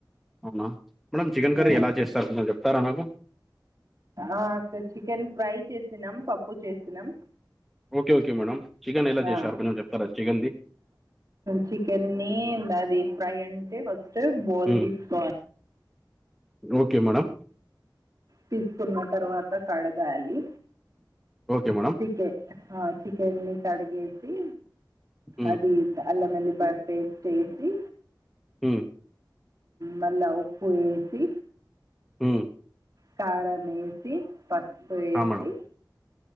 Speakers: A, in the centre; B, on the right.
A: అవునా మేడమ్ చికెన్ కర్రీ
B: ఆ
A: ఎలా చేస్తారు చెప్తారా నాకు.
B: ఆ సార్ చికెన్ ఫ్రై చేసినాం పప్పు చేసినాం
A: ఓకే ఓకే మేడం చికెన్ ఎలా
B: ఆ
A: చేశారు కొంచెం చెప్తారా చికెన్ది.
B: చికెన్ని అది ఫ్రై అంటే ఫస్ట్ బోల్
A: మ్మ్,
B: తీసుకోవాలి
A: ఓకే మేడం
B: తీసుకున్న తర్వాత కడగాలి
A: ఓకే మేడం
B: చికెన్ ఆ చికెన్ని కడిగేసి
A: మ్మ్,
B: అది అల్లంఎల్లిపాయ పేస్ట్ వేసి
A: ఉ
B: మళ్ళా ఉప్పు వేసి
A: ఉ
B: కారం యేసి పసుపు యేసి
A: ఆ మేడం